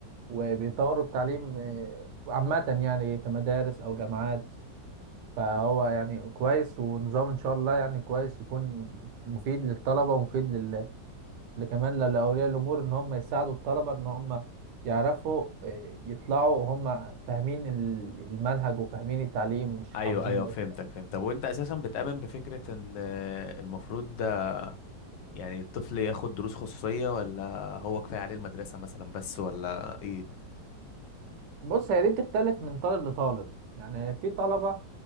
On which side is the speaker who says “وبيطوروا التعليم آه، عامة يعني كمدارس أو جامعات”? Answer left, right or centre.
Right